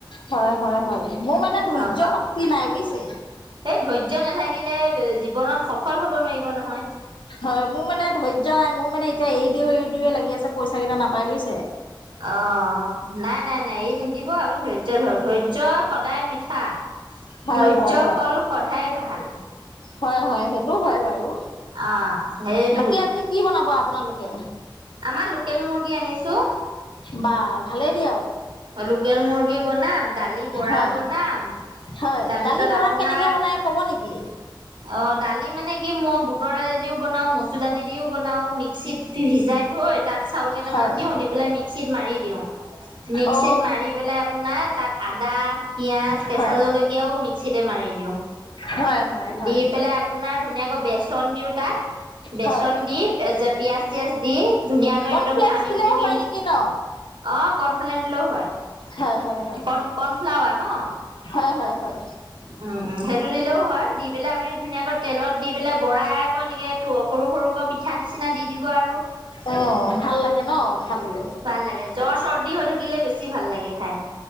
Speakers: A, on the left; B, on the right.
A: হয় হয় হয়, মো মানে ধৈয্য
B: অ পাব
A: শক্তি নাই বুজিছে?
B: এই ধৈয্য নেথাকিলে জীৱনত সফল হব নোৱাৰিব নহয়।
A: হয় মো মানে ধৈয্য নাই, মো মানে এতিয়া এৰি দিওঁ এৰি দিওঁয়ে লাগি আছে পইচা কেটা নাপাই বুজিছে।
B: অঁ' নাই নাই নাই এৰি নিদিব আপুনি ধৈয্য ধৰক, ধৈয্য সদায় মিঠা।
A: হয়
B: ধৈয্য
A: হয় হয়
B: ফল সধায় ভাল।
A: হয় হয়, সেইটো হয় বাৰু।
B: অ সেইটো
A: বাকী আজি কি বনাব আপোনালোকে?
B: আমা লোকেল মুৰ্গী আনিছো।
A: বা ভালেই দিয়ক।
B: অ'লোকেল মুৰ্গী বনাম, দালি বৰা
A: হয়
B: বনাম।
A: হয়,
B: তাৰপিছত
A: দালি বৰা
B: আপোনাৰ
A: কেনেকে বনাই ক'ব নেকি?
B: অ' দালি মানে কি? মই বুটৰ দালি দিও বনাও, মচুৰ দালি দিও- বনাও মিক্সিত সিজাই থৈ তাত চাউল কেইটামান
A: হয়
B: দিওঁ দি পেলাই মিক্সিত মাৰি দিওঁ। মিক্সিত
A: অ
B: মাৰি পেলাই আপোনাৰ তাত আদা, পিয়াজ,
A: হয়
B: কেঁচা জলকীয়াও মিক্স- চিতে মাৰি দিওঁ।
A: হয়। হয় হয়।
B: দি পেলাই আপোনাৰ ধুনীয়াকৈ বেচন দিও তাত বেচন
A: হয়
B: দি- এ যে পিয়াজ চিয়াজ দি, ধুনীয়াকৈ
A: কৰ্ণফ্লেক্স
B: একদম সানি
A: দিলেও
B: পুটিকি-
A: হয়
B: অঁ
A: নেকি ন?
B: কৰ্ণফ্লেন দিলেও হয়,
A: হয় হয় হয়।
B: কণ কৰ্ণফ্লাৱা ন?
A: হয় হয় হয়।
B: উম উম' সেইটো দিলেও হয়, দি পেলাই আপুনি ধুনীয়াকৈ তেলত দি পেলাই বৰাই আকৌ এনেকে- টো সৰু সৰুকৈ পিঠা নিচিনা দি দিব আৰু।
A: অ' ভাল লাগে ন খাবলে?
B: ভাল লাগে। জ্বৰ চৰ্দি হৈ থাকিলে বেছি ভাল লাগে খাই।